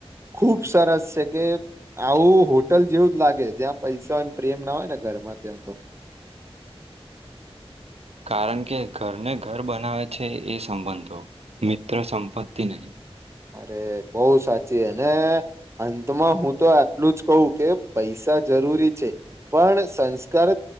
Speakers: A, on the right; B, on the right.
A: ખુબ સરસ છે કે આવું હોટલ જેવું જ લાગે જ્યાં પૈસા હોય પ્રેમ ના હોય ને ઘરમાં ત્યાં તો
B: કારણ કે ઘરને ઘર બનાવે છે એ સંબંધો મિત્ર સંપત્તિ નહી
A: અરે બહુ સાચી અને અંતમાં હું તો આટલું જ કહું કે પૈસા જરૂરી છે પણ સંસ્કાર